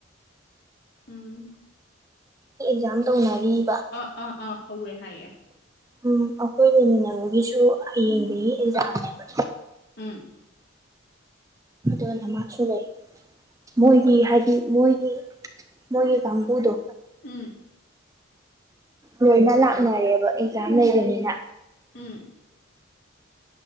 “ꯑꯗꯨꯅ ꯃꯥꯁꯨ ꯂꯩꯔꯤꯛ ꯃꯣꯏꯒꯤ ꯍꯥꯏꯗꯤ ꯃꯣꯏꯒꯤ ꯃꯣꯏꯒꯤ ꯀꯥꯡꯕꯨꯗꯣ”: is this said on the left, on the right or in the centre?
Right